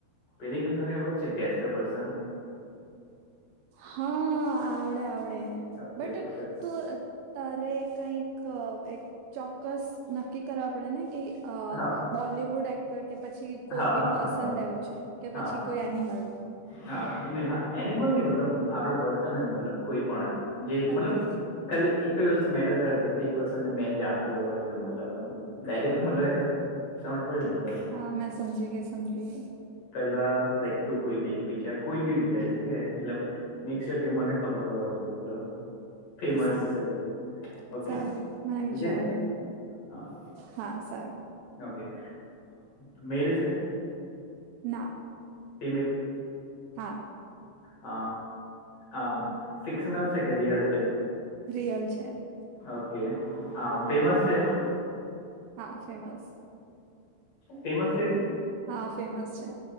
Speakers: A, on the left; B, on the right.
A: પેલી કેમ તને ખબર છે ગેસ્ટ ધ પર્સન.
B: હા આવડે આવડે
A: ઓકે
B: બટ
A: ઓકે, ચાલ.
B: તું. તારે કઈક એક ચોક્કસ. નક્કી કરો આપણે ને કે
A: હા
B: બોલિવુડ. કે પછી કોઈ
A: હા
B: બી
A: હા
B: પર્સન
A: હા બસ
B: લેવું છે કે
A: હા
B: પછી કોઈ એનિમલ.
A: હા ન હા એનિમલ નની મતલબ આપડે પર્સન જ મતલબ કોઈ પણ એમ. જે
B: ઓકે
A: મતલબ. ખાલી એકજ વસ્ત મેટર કર કે તે પર્સન ને મેં જાણતો હોવા જો મતલબમ. ડાયરેક્ટ
B: બરાબર.
A: મતલબ એટલે સમજ પડે મતલબ.
B: હા મેં સમજી ગઈ સમજી ગઈ
A: પેલા લાઈક ટું. કો વિચાર કોઈ બી વિચારી શકે એટ મેર કે મને ખબર હોવા જોઈએ, મતલબ ફેમસ
B: સારું
A: સેલિબ્રિટી ઓકે
B: સારુ મને વિચાર
A: વિચાર્યું
B: આવે
A: હા
B: હા સારુ
A: ઓકે મેલ છે.
B: ના
A: ટીમેલ
B: હા
A: હ આ ફિક્શનલ છેકે, રિયલ છે.
B: રિયલ છે.
A: ઓકે હ ફેમસ છે.
B: હા ફેમસ
A: ફેમસ છેકે.
B: હા ફેમસ છે.